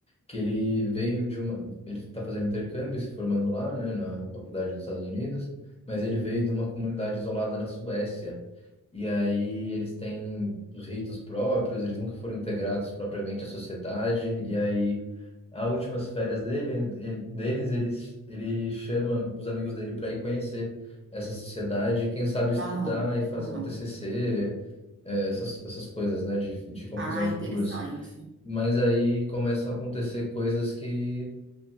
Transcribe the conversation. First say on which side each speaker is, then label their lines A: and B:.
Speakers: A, on the left (about 20°); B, on the right (about 40°).
A: que ele veio de uma... Ele está fazendo intercâmbio, se formando lá, né, na, na faculdade dos Estados Unidos, mas ele veio de uma comunidade isolada na Suécia. E aí eles têm os ritos próprios, eles nunca foram integrados propriamente à sociedade, e aí as últimas férias dele, ele- deles, ele, ele chama os amigos dele para ir conhecer essa sociedade e, quem sabe, estudar
B: Aham,
A: e fazer
B: aham.
A: um TCC, eh, essas, essas coisas, né, de, de conclusão
B: Ah,
A: de
B: interessante.
A: curso. Mas aí começam a acontecer coisas que